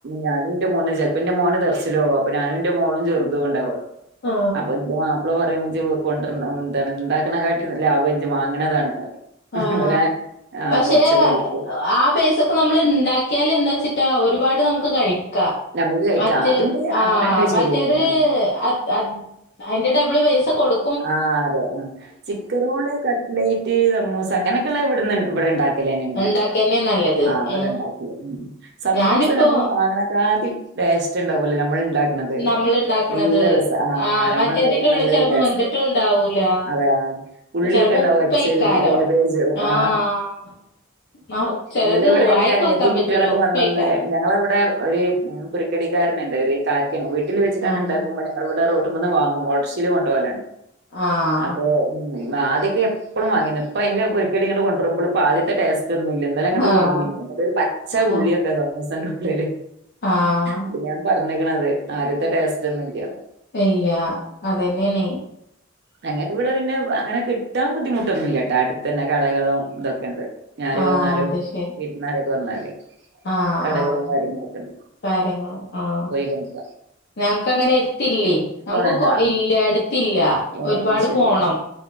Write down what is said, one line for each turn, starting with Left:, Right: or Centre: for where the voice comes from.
Right: ഞാനുന്റെ മൂന്ന് ചിലപ്പിന്റെ മോന് ദെർശിലോ അപ്പൊഞാനവിന്റെ മോളും ചെറുതും ഉണ്ടാവുള്ളു.
Left: ആ
Right: അപ്പൊ ഇന്ത അള പറയും ജ് കൊണ്ടർന്ന ന്താണ് ഇണ്ടാക്കണക്കാട്ടി ലാഭം ഇജ് വാങ്ങണതാണ്.
Left: ആഹ്
Right: പറയും ആഹ്
Left: പക്ഷെ
Right: കൊറച്ച് കടിക്ക്
Left: ആ പൈസ ക്ക്‌ നമ്മൾ ഇണ്ടാക്കിയാല് എന്താച്ചിട്ടാ ഒരുപാട് നമുക്ക് കഴി ക്ക
Right: ഞമ്മക്ക് കഴിക്കാം
Left: മറ്റെ
Right: അതുണ്ട്
Left: ആഹ്
Right: അങ്ങനെണ്ട് ശരിയാണ്
Left: മറ്റേത്
Right: ആഹ്
Left: അ, അ അയിന്റെ ഡബിള് പൈസ കൊടു
Right: ആ അതെ ആ ചിക്കറോള്, കട്ലൈറ്റ് സമ്മൂസ, അങ്ങനെക്കെള്ളെ ഇവിടുന്ന് ഇവിടെ ഇണ്ട ക്കെലെന്നെണു
Left: ഉണ്ടാക്കന്നെ
Right: ഞാന്
Left: നല്ലത്
Right: ആ അത്ബടണ്ടാക്കല്
Left: ഉം
Right: സമൂസ
Left: ഞാനിപ്പോ
Right: ഞമ്മള് വാങ്ങണ. ക്കാത്തി ടേസ്റ്റ് ഉണ്ടാവല്ലെ ഞമ്മള് ഇണ്ടാ. ക്കണത്.
Left: നമ്മള് ഇണ്ടാക്കണത്
Right: നല്ല രസ ആ
Left: ആഹ്
Right: നമ്മൾ
Left: മറ്റേതിന്റെ
Right: ഉണ്ടാക്കണത്
Left: ഉള്ളിൽ
Right: നല്ലരു
Left: ചെലപ്പോ
Right: ടേസ്റ്റ്.
Left: വെന്തിട്ടും ഉണ്ടാവൂല
Right: അതെ ആ ഉള്ളിയൊക്കെ
Left: ചെലപ്പോ
Right: ഇണ്ടാവും
Left: ഉപ്പേയ്ക്കാരം
Right: അച്ചലക്ക് കാബേജും
Left: ആഹ്
Right: ആ.
Left: ആഹ് ചെലത്
Right: ഇന്നലെ ഇവിടെ
Left: വായക്ക്
Right: എന്റെ അനിയത്തിയും
Left: വെക്കാൻ പറ്റൂല
Right: കുട്ടികളൊക്കെ
Left: ഉപ്പേയ്ക്കാരം
Right: വന്നന്ന്. ഞങ്ങള ഇവിടെ ഒരു പുരുക്കടിക്കാരനുണ്ട് ഒരു കാക്കേണ് വീട്ടിൽ വെച്ടണ്
Left: ആഹ്
Right: ഉണ്ടാക്കുമ്പോ ഞങ്ങളവിട റോ. ട്ടുമന്ന് വാങ്ങും ഓട്ടോഷീൽ കൊണ്ട് പോലാണ്.
Left: ആഹ്
Right: അപ്പൊ ആദ്യക്കെ എപ്പളും വങ്ങിനു ഇപ്പ അതിന്റെ പൊരിക്കടി ഇങ്ങട്ട് കൊണ്ടുവരുമ്പോളിപ്പോ ആദ്യത്തെ ടേസ്റ്റ്. റ്റൊന്നുല്ല ഇന്നലങ്ങട്ട്
Left: ആഹ്
Right: കൊടുന്നിനു ഒരു പച്ച ഉള്ളിയൊക്കെ
Left: ആഹ്
Right: സമൂസന്റെ ഉള്ളില്.
Left: ആഹ്.
Right: അത് ഞാൻ പറഞ്ഞിക്കണത് ആദ്യത്തെ ടേസ്റ്റ് ഒന്നും ഇല്ലാന്.
Left: ഇല്ല അതന്നെണെ.
Right: ഞങ്ങക്ക് ഇവിടെ പിന്നെ അങ്ങനെ കിട്ടാൻ ബുദ്ധിമുട്ടൊന്നുല്ലട്ടോ അടുത്തന്നെ കടകളും ഇതൊക്കെയുണ്ട്. ഇഞ്ഞി ആര്
Left: ആഹ്
Right: വന്നാലും
Left: അത് ശരി
Right: വീരുന്നാരൊക്കെ വന്നാലേ
Left: ആഹ്
Right: കടകളും
Left: ആഹ്
Right: കാര്യങ്ങളൊക്കെണ്ട്.
Left: കാര്യങ്ങളും ആഹ്.
Right: ഹംസ
Left: ഞങ്ങക്കങ്ങനെ എരുത്തില്ലേ നമുക്ക്
Right: ഉണ്ടാ
Left: കൊ ഇല്ല എടുത്തില്ല.
Right: ഏ
Left: ഒരുപാട്
Right: ശരി
Left: പോണം
Right: ആ